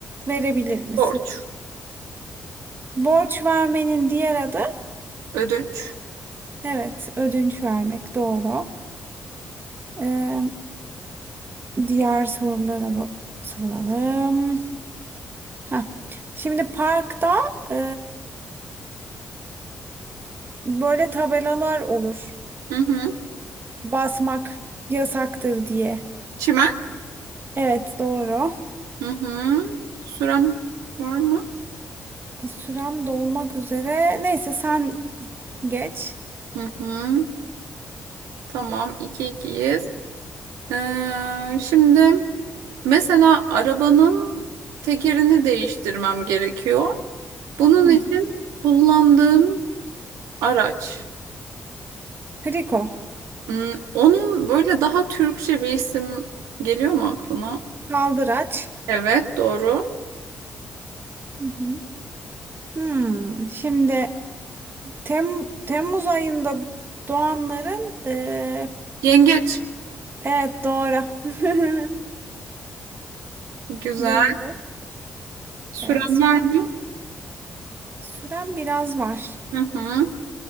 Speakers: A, on the right; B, on the right.
A: verebilir misin?
B: Borç.
A: Borç vermenin diğer adı
B: Ödünç.
A: evet ödünç vermek doğru. Ee, diğer sorulara bu- soralım. Ha. Şimdi parkta e, böyle tabelalar olur.
B: Hı hı.
A: Basmak yasaktır diye.
B: Çimen.
A: Evet doğru.
B: Hı hı. Sürem var mı?
A: Sürem dolmak üzere. Neyse sen geç.
B: Hı hı. Tamam. iki ikiyiz. Ee, şimdi Mesela arabanın tekerini değiştirmem gerekiyor. Bunun
A: Hı.
B: için kullandığım araç.
A: Kriko.
B: Hmm, Onun böyle daha Türkçe bir isim geliyor mu aklına?
A: Kaldıraç.
B: Evet, doğru.
A: Hı hı. Hmm, Şimdi Tem Temmuz ayında doğanların e,
B: Yengeç.
A: Evet doğru. <laughs>
B: Güzel.
A: Doğru.
B: Süren
A: Ee, sonra
B: var mı?
A: süren biraz var.
B: Hı hı.